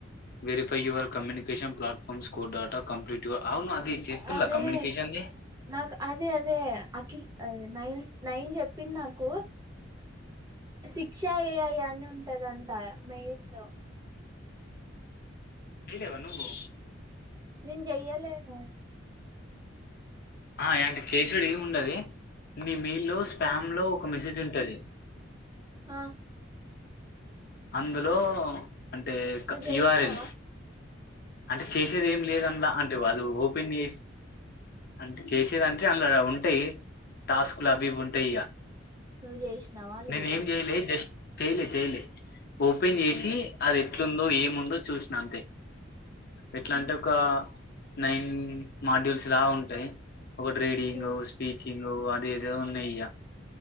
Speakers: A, on the left; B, on the right.
A: verify your communication platform score data complete your అవున్ అది చేతుల్ల
B: అ అరే
A: కమ్యూనికేషన్ది
B: నాక్ అదే అదే అఖిల్ అది నైన్ నైన్ చెప్పిన్ నాకు శిక్ష ఏ ఐ అని ఉంటదంట మెయిల్ల్లో
A: ఎయిలేవ నువ్వు
B: నేన్ జెయ్యలేను
A: ఆ యాంటి కేస్ రీడ్ ఏం ఉండది నీ మెయిల్లో స్పామ్
B: ఆ
A: లో ఒక మెసేజ్ ఉంటది
B: అ
A: అందులో అంటే క
B: నువ్వు చేసినావా
A: యుఆర్ఎల్ అంటే చేసేద్ ఏం లేదన్ల అంటే వదు ఓపెన్ చేస్ అంట్ చేసేదంటే అండ్లడ ఉంటయి టాస్కుల్ అవ్వివ్వి ఉంటాయ్ ఇగా
B: నువ్వు చేసినావా లేదా
A: నేన్ ఏం జేయలే జష్ చేయలే చేయలే ఓపెన్ చేశి
B: ఆ
A: అద్ ఎట్లుందో ఏముందో చూసిన అంతే ఎట్లాంటే
B: ఉమ్
A: ఒక నైన్ మాడ్యూల్స్ లా ఉంటయి ఒకట్ రీడింగో
B: ఉమ్
A: స్పీచింగో అది ఏదో ఉన్నయిగ